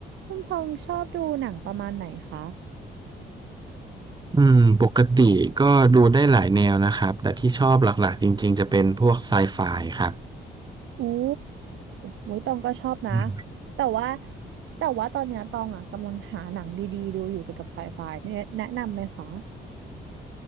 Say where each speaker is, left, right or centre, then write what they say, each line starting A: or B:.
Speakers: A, on the right; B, on the right.
A: คุณพงษ์ชอบดูหนังประมาณไหนคะ
B: อืมปกติก็ดูได้หลายแนวนะครับแต่ที่ชอบหลักๆจริงๆจะเป็นพวกไซไฟครับ
A: อู้โว้ยตองก็ชอบนะ
B: อืม
A: แต่ว่าแต่ว่าตอนเนี้ยตองอ่ะกำลังหาหนังดีๆดูอยู่เกี่ยวกับไซไฟเนี่ยแนะนำไหมคะ